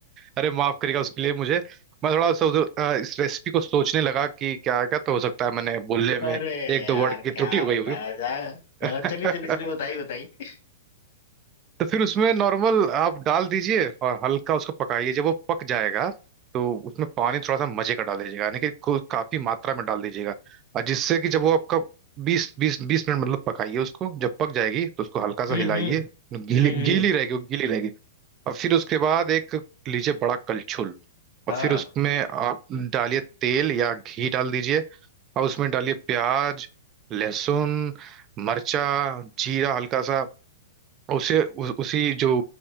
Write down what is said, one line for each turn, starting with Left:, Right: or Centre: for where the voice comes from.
Right: अरे माफ करिएगा उसके लिए मुझे मैं थोड़ा सा उधर अ, इस रेसिपी को सोचने लगा कि क्या क्या तो हो सकता है मैंने बोलने में
Left: अरे
Right: एक दो
Left: यार
Right: वर्ड की त्रुटि
Left: क्या
Right: हो गई
Left: बताया
Right: होगी
Left: जाए
Right: <laughs>
Left: अ, चलिए चलिए चलिए बताइए बताइए
Right: तो फिर उसमें नॉर्मल आप डाल दीजिए और हल्का उसको पकाइए जब वो पक जाएगा तो उसमें पानी थोड़ा सा मजे का डाल दीजिएगा यानी कि को- काफी मात्रा में डाल दीजिएगा और जिससे कि जब वो आपका बीस बीस बीस मिनट मतलब पकाइए उसको जब पक जाएगी तो उसको हल्का सा
Left: हम्म
Right: हिलाइए
Left: हम्म
Right: गीली
Left: हम्म हम्म,
Right: गीली रहेगी वो गीली रहेगी और फिर उसके बाद एक लीजिए बड़ा कलछुल और
Left: हाँ
Right: फिर उसमें आप डालिए तेल या घी डाल दीजिए और उसमें डालिए प्याज लहसुन मर्चा जीरा हल्का सा उसे उ, उसी जो